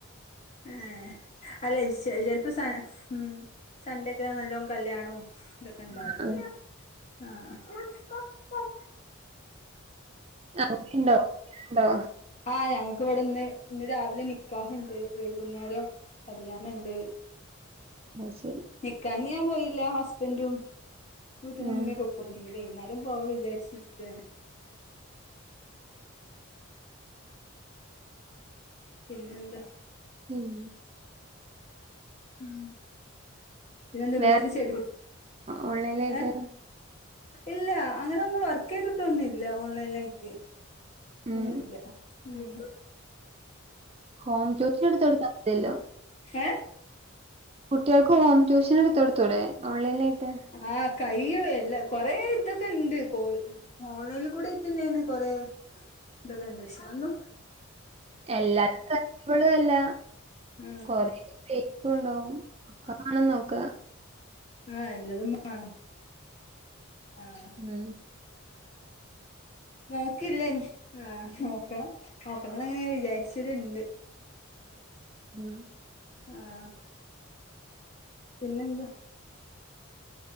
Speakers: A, on the left; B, on the right.
A: ആഹ് അല്ലെ <unintelligible> സണ്ടൊക്കെ നല്ലോ കല്യാണവും ഇതൊക്കെ ഇണ്ടാറുണ്ട്
B: ആഹ്
A: ആ <unintelligible>
B: അവിടിണ്ടോ ണ്ടോ
A: ആഹ് ഞങ്ങക്ക് ഇവിടെ ന്ന് ഇന്ന് രാവിലെ നിക്കാഹ്ണ്ട് വൈകുന്നേരം കല്യാണണ്ട്
B: അത്ശരി
A: നിക്കാഹിന് ഞാൻ പോയില്ല ഹസ്ബൻറും വീട്ട്ന്ന്
B: ആഹ്
A: ഇമ്മക്ക പോ വൈന്നേരം പോക വിചാര്ച്ച് നിക്കാണ് പിന്നെന്താ
B: ഉം
A: ഉം പിന്നെന്താ
B: വേറെ
A: വീട്ടില് ചെടി
B: ഓൺലൈനായിട്ട്
A: ഏ ഇല്ല അങ്ങനെന്നും വർക്കെയ്തിട്ടൊന്നും ല്ല ഓൺലൈനായിട്ട്
B: ഉം
A: ഒന്നുല്ല ഉം
B: ഹോം ട്യൂഷൻ എടുത്ത് കൊടുത്താതിയല്ലോ
A: ഏഹ്
B: കുട്ടികൾക്ക് ഹോം ട്യൂഷൻ എടുത്തു കൊടുത്തൂടെ ഓൺലൈനായിട്ട്
A: ആഹ് കയ്യും എല്ലാം കൊറേ ഇതൊക്കെ ഉണ്ട് കോ ഓൺലൈനിൽ കൂടി ഇട്ടന്ന കൊറേ ഇതൊക്കെ ഇണ്ട് പക്ഷെ അതൊന്നു
B: എല്ലാരും ഗ്രസ്റ്റബുളല്ല
A: ആ
B: കൊറെേ ഫേക്കുണ്ടാവും അതു മാണ നോക്ക
A: ആഹ് എല്ലതും വണം ആഹ്
B: ഉം
A: നോക്കില്ലന്ന് ആഹ് നോക്കണം നോക്കണംന്ന്ങ്ങനെ വിചാരിച്ചല്ണ്ട്.
B: <unintelligible>
A: ആഹ് പിന്നെന്താ?